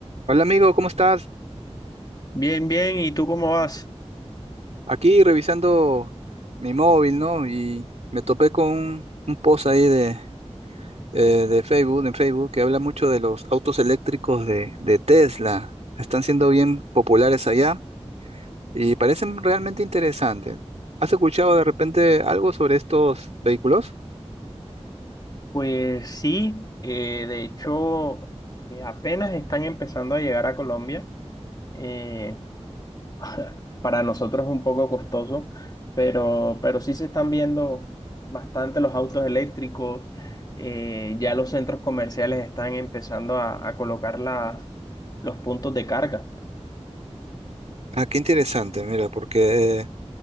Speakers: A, on the right; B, on the left.
A: Hola amigo, ¿cómo estás?
B: Bien, bien, ¿y tú cómo vas?
A: Aquí revisando mi móvil, ¿no? Y me topé con un, un post ahí de, eh, de Facebook, en Facebook, que habla mucho de los autos eléctricos de, de Tesla. Están siendo bien populares allá y parecen realmente interesantes. ¿Has escuchado de repente algo sobre estos vehículos?
B: Pues sí, eh, de hecho, eh, apenas están empezando a llegar a Colombia. eh, <laughs> para nosotros es un poco costoso, pero, pero sí se están viendo bastante los autos eléctricos. eh, ya los centros comerciales están empezando a, a colocar las, los puntos de carga.
A: Ah, qué interesante, mira, porque